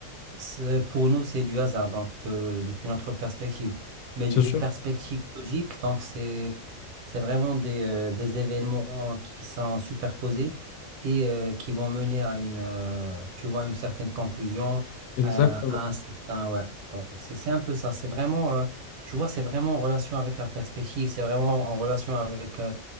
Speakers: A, on the right (about 75°); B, on the left (about 85°).
A: c'est- Pour nous, c'est du hasard, donc de- depuis notre perspective. Mais
B: C'est
A: d'une
B: sûr.
A: perspective logique, donc c'est c'est vraiment des, euh, des événements qui sont superposés et euh, qui vont mener à une, euh, tu vois, une certaine conclusion,
B: Exactement.
A: à, à un certain, ouais. Donc c'est c'est un peu ça. C'est vraiment, euh, tu vois, c'est vraiment en relation avec la perspective. C'est vraiment en relation avec euh,